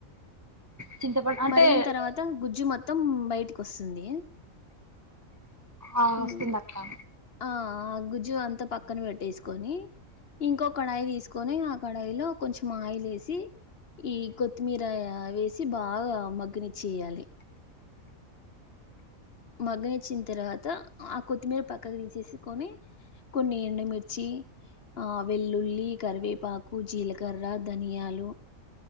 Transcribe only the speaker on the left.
మర్గిన్ తర్వాత గుజ్జు మొత్తం బయటికొస్తుంది.
హ్మ్.
ఆ! ఆ గుజ్జు అంతా పక్కన పెట్టేస్కొని ఇంకో కడాయి తీస్కోని ఆ కడాయిలో కొంచెం ఆయిలేసి ఈ కొత్తిమీరా వేసి బాగా మగ్గనిచ్చేయాలి. మగ్గనిచ్చిన్ తర్వాత ఆ కొత్తిమీర పక్కక్ తీసేసుకొని కొన్ని ఎండమిర్చి ఆ వెల్లుల్లి, కరివేపాకు, జీలకర్ర, ధనియాలు